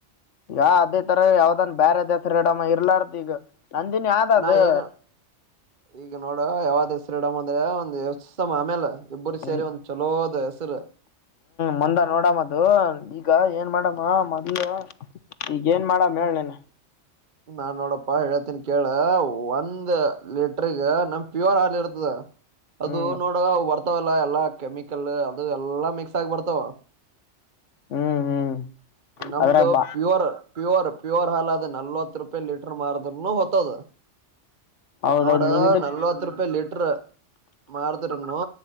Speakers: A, on the left; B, on the right.
A: ಯ ಅದೇ ತರ ಯಾವ್ದನ್ ಬೇರೆ ಅದ ಡಮ್ಮ ಇರ್ಲಾರ್ದ ಈಗ ನಂದಿನಿ ಯ್ದ ಅದು
B: ನಾ ಏನ್ ಈಗ ನೋಡ ಯಾವದ ಹೆ ಶ್ರೀಡಮ್ ಅಂದ್ರೆ ಒಂದ್ ಎತ್ಸ ಆಮೇಲೆ ಇಬ್ಬರು
A: ಹ್ಮ್
B: ಸೇರಿ ಒಂದ್ ಚಲೋದ ಹೆಸರು
A: ಮುಂದ ನೋಡಮ್ಮದು ಈಗ ಏನ್ ಮಾಡಮ್ಮ ಮೊದ್ಲು ಈಗ ಏನ್ ಮಾಡ ಮನೇನ್
B: ನಾನ್ ನೋಡಪ್ಪಾ ಹೇತೀನಿ ಕೇಳ ಒಂದ್ ಲೀಟ್ರಗ ನಮ ಪ್ಯೂರ್ ಹಾಲ ಇರ್ತದ ಅದು
A: ಹ್ಮ್
B: ನೋಡವ ಅವು ಬರ್ತಾವಲ್ಲಾ ಎಲ್ಲಾ ಕೆಮಿಕಲ್ ಅದು ಎಲ್ಲಾ ಮಿಕ್ಸ್ ಆಗಿ ಬರ್ತಾವ
A: ಹ್ಮ್ ಹ್ಮ್
B: ನಮ್ದು
A: ಅದ್ರಾಗ ಬಾ
B: ಪ್ಯೂರ್ ಪ್ಯೂರ್ ಪ್ಯೂರ್ ಹಾಲ ಅದ ನಲ್ವತ್ತು ರೂಪಾಯಿ ಲೀಟರ್ ಮಾರದರುನು ಹೊತದ
A: ಹೌದೌದ್
B: ನೋಡ
A: ನಿಂದ
B: ನಲ್ವತ್ ರೂಪಾಯಿ ಲೀಟರ್ ಮಾಡ್ದರಮನು